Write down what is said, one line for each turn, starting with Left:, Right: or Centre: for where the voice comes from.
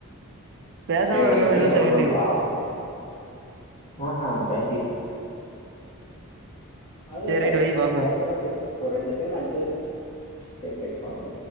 Right: பேசாம
Left: செரி
Right: இருந்தோமா
Left: வக்கறன்
Right: ஏதோ
Left: எவ்ளோன்
Right: செகண்டு
Left: பாப்போம் ஆஹ பேசி அதுலா
Right: சேரி
Left: இல்ல
Right: ரைட்
Left: ஏற்கனே
Right: வை பாப்போ
Left: பேசனு அப்டி ஒரு ரெண்டு செகன் அஞ்சி செரி செரி பாப்போ